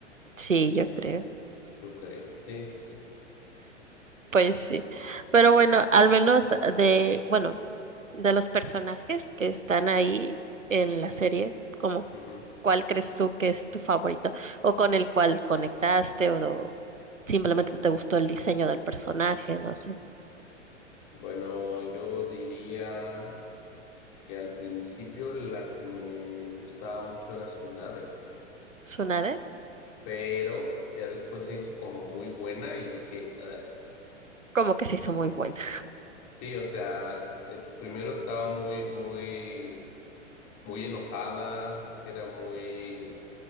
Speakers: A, on the right; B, on the left.
A: sí, yo creo.
B: yo creo. Sí, sí, sí.
A: Pues sí. Pero bueno, al menos de, bueno. de los personajes que están ahí en la serie, como
B: Ujú.
A: cuál crees tú que es tu favorito o con el cual conectaste o do- simplemente te gustó el diseño del personaje, no sé.
B: Bueno, yo diría que al principio la que me gustaba mucho era Tsunade,
A: Tsunade,
B: pero ya después se hizo como muy buena y dije, "Ugh".
A: como que se hizo muy buena.
B: sí, o sea, es- es- primero estaba muy, muy, muy enojada, era muy